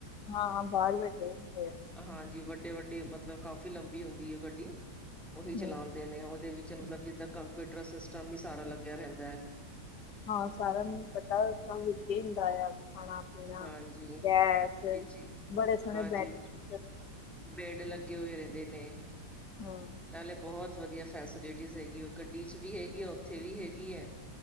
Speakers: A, on the left; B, in the centre.
A: ਹਾਂ ਬਾਹਰ ਬੈਠੇ ਹੀ ਹੁੰਦੇ ਆ।
B: ਹਾਂਜੀ, ਵੱਡੇ-ਵੱਡੇ ਮਤਲਬ ਕਾਫੀ ਲੰਬੀ ਹੁੰਦੀ ਹੈ ਉਹ ਗੱਡੀ। ਉਹੀ
A: ਹੂੰ,
B: ਚਲਾਉਂਦੇ ਨੇ ਉਹਦੇ ਵਿੱਚ ਮਤਲਬ ਜਿੱਦਾਂ ਕੰਪਿਊਟਰ ਸਿਸਟਮ ਵੀ ਸਾਰਾ ਲੱਗਿਆ ਰਹਿੰਦਾ ਹੈ।
A: ਹਾਂ, ਸਾਰਿਆਂ ਨੂੰ ਪਤਾ ਸਭ ਵਿੱਚੇ ਹੁੰਦਾ ਆ ਖਾਣਾ। <unintelligible>
B: ਹਾਂਜੀ
A: ਗੈਸ,
B: ਵਿੱਚ ਹੀ
A: ਬੜੇ ਸੋਹਣੇ
B: ਹਾਂਜੀ
A: ਬੈਡਸ਼ੀਟ
B: ਬੈਡ ਲੱਗੇ ਹੋਏ ਰਹਿੰਦੇ ਨੇ।
A: ਹਮ।
B: ਨਾਲੇ ਬਹੁਤ ਵਧੀਆ ਫੈਸਿਲਿਟੀ ਹੈਗੀ ਆ ਗੱਡੀ 'ਚ ਵੀ ਹੈਗੀ ਆ ਉੱਥੇ ਵੀ ਹੈਗੀ ਹੈ।